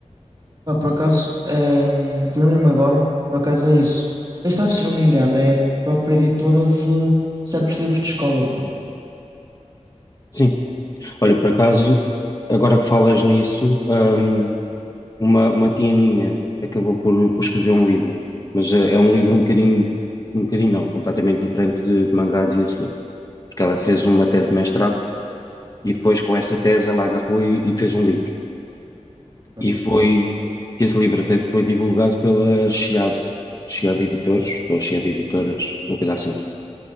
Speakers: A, on the right; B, on the left.
A: Pá, por acaso, hum, lembrei-me agora, por acaso é isso. Esta, se não me engano, é a própria editora de certos livros de escola, pá.
B: Sim. Olha, por acaso, agora que falas nisso, hum, uma, uma tia minha acabou por, por escrever um livro, mas é, é um livro um bocadinho, um bocadinho não, completamente diferente de, de mangás e assim, porque ela fez uma tese de mestrado e depois com essa tese ela agarrou e, e fez um livro.
A: Certo?
B: E foi, esse livro até foi divulgado pela Chiado, Chiado Editores, ou Chiado Editoras, uma coisa assim.